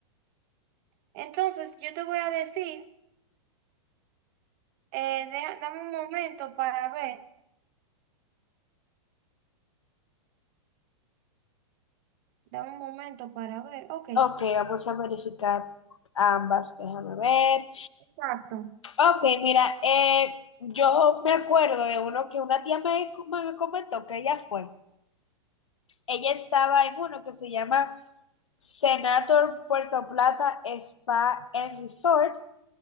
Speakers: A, on the right; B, on the left.
A: Entonces, yo te voy a decir, eh, deja- dame un momento para ver, dame un momento para ver, ok,
B: Ok, vamos a verificar ambas. Déjame ver.
A: exacto.
B: Ok, mira, eh, yo me acuerdo de uno que una tía me, co- me comentó que ella fue. Ella estaba en uno que se llama Senator Puerto Plata Spa and Resort